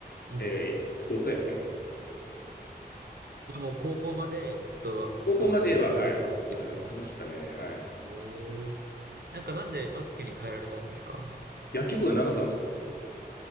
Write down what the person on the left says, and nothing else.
えースポーツはやってないです。
高校までは、
はい、やってましたね。はい。
野球部がなかったんですよ。